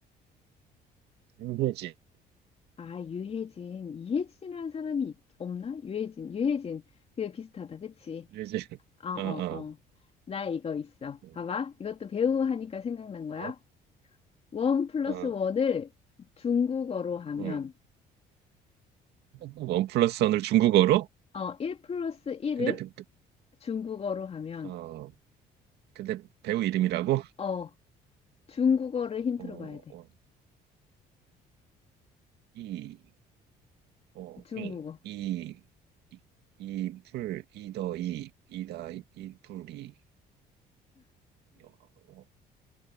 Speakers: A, on the right (about 80°); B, on the left (about 35°).
A: 윤혜진.
B: 아, 유혜진. 이혜진이라는 사람이 있- 없나? 유혜진. 유혜진. 그게 비슷하다. 그치?
A: 윤혜진.
B: 아, 어,
A: 어, 어.
B: 어. 나 이거 있어.
A: 음,
B: 봐봐. 이것도 배우 하니까 생각난 거야.
A: 어,
B: 원 플러스
A: 어.
B: 원을 중국어로 하면
A: 음. 원 플러스 원을 중국어로?
B: 어, 1 플러스 1을
A: 근데, 배-
B: 중국어로 하면,
A: 어, 근데 배우 이름이라고?
B: 어, 중국어를 힌트로
A: 어,
B: 봐야 돼.
A: 어, 이, 어,
B: 중국어.
A: 이, 이, 이, 이 풀, 이더 이, 이다 이 풀이, 어,